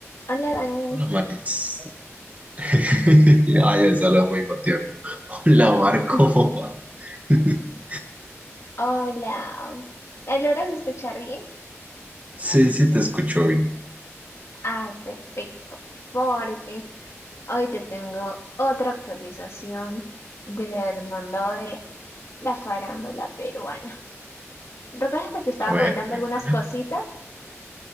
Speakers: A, on the left (about 65°); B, on the right (about 30°).
A: Hola, Dani.
B: Hola, Maris. <laughs> Ay, ya se habla muy buen tiempo. Hola, Mar, ¿cómo
A: <laughs>
B: va? <laughs>
A: Hola. ¿Me logras escuchar bien?
B: Sí, sí, te escucho bien.
A: Ah, perfecto, porque hoy te tengo otra actualización del mundo de la farándula peruana. ¿Recuerdas que te estaba
B: A ver,
A: comentando
B: cuéntame.
A: algunas cositas?